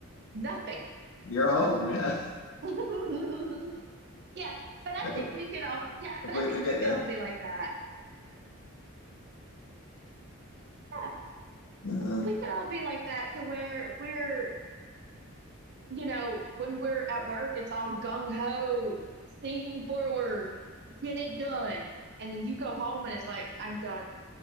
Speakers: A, on the right; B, on the left.
A: nothing.
B: You're home, yeah.
A: <laughs> Yeah,
B: <laughs>
A: but I
B: I com
A: think we can all, yeah,
B: completely
A: but I think
B: get
A: we can
B: you.
A: all be like that. Yeah,
B: Uh,
A: we can all be like that to where we're, you know, when we're at work, it's all gung ho, steam forward, get it done. And then you go home and it's like, I'm done,